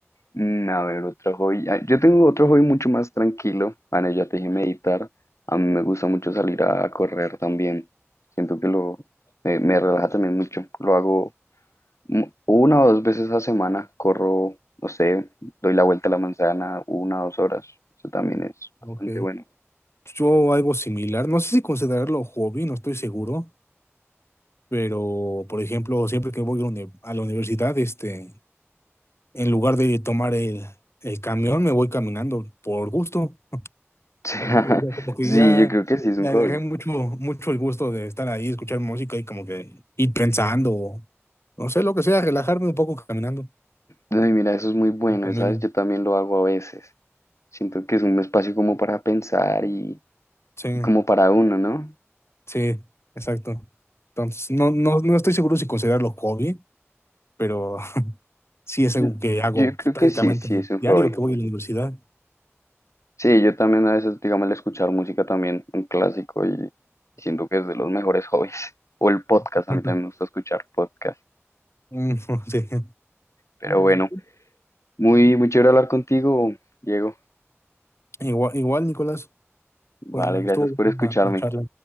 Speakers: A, on the left (about 80°); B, on the left (about 60°).
A: Mm, a ver, otro hobby. Ah, Yo tengo otro hobby mucho más tranquilo. Bueno, ya te dije meditar. A mí me gusta mucho salir a correr también. Siento que lo me, me relaja también mucho. Lo hago mu- una o dos veces a semana. Corro, no sé, doy la vuelta a la manzana una o dos horas. Eso también es bastante
B: Ok.
A: bueno.
B: Yo algo similar, no sé si considerarlo hobby, no estoy seguro. Pero, por ejemplo, siempre que voy a la uni- a la universidad, este, en lugar de tomar el, el camión, me voy caminando por gusto.
A: <laughs>
B: O- o sea, como que
A: Sí,
B: ya,
A: yo creo que sí es
B: ya
A: un hobby.
B: agarré mucho, mucho el gusto de estar ahí, escuchar música y como que ir pensando, o no sé, lo que sea, relajarme un poco caminando.
A: Ay, mira, eso es muy bueno,
B: También,
A: ¿sabes? Yo también lo hago a veces. Siento que es un espacio como para pensar y,
B: sí,
A: y como para uno, ¿no?
B: sí, exacto. Entonces, no, no, no estoy seguro si considerarlo hobby, pero <laughs> sí es algo
A: Yo,
B: que hago
A: yo creo
B: prácticamente
A: que sí, sí es un
B: diario
A: hobby.
B: que voy a la universidad.
A: Sí, yo también a veces, digamos, el escuchar música también, un clásico, y siento que es de los mejores hobbies. <laughs> O el podcast,
B: <laughs>
A: a mí también me gusta escuchar podcast.
B: Mm, <laughs>
A: Pero bueno,
B: Sí.
A: muy, muy chévere hablar contigo, Diego.
B: Igual, igual, Nicolás, pues
A: Vale, gracias
B: estuvo
A: por
B: buena
A: escucharme.
B: la la charla.